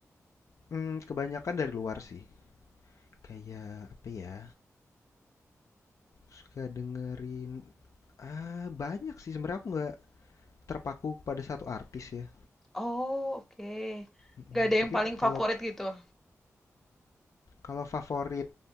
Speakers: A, on the left; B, in the centre.
A: hmm, kebanyakan dari luar sih. Kayak apa ya? Suka dengerin ah banyak sih sebenarnya aku nggak terpaku pada satu artis ya.
B: Oh, oke.
A: Mm,
B: Gak ada
A: tapi
B: yang paling favorit
A: kalau
B: gitu.
A: kalau favorit